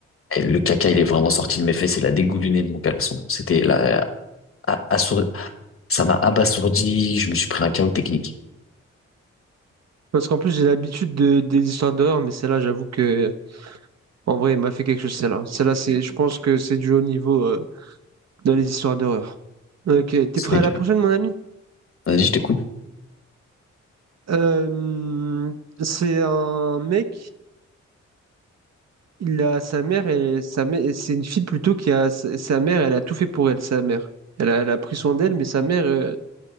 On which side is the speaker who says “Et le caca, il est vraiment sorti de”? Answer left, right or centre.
Left